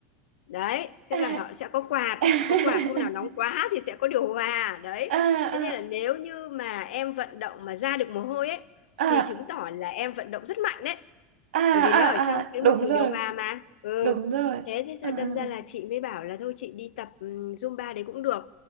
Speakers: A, on the left; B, on the right.
A: đấy tức
B: à
A: là họ sẽ có quạt
B: <laughs>
A: có quạt hôm nào nóng quá thì sẽ có điều hòa đấy
B: à à
A: thế nên là nếu như mà em vận động mà ra được mồ hôi ấy
B: à
A: thì chứng tỏ là em vận động rất mạnh đấy
B: à à
A: bởi vì nó ở trong
B: à.
A: cái
B: Đúng
A: môi trường
B: rồi
A: điều hòa mà ừ
B: Đúng rồi
A: thế thế sao
B: Ừ,
A: đâm
B: ừ,
A: ra
B: ừ.
A: là chị mới bảo là thôi chị đi tập ừm, Zumba đấy cũng được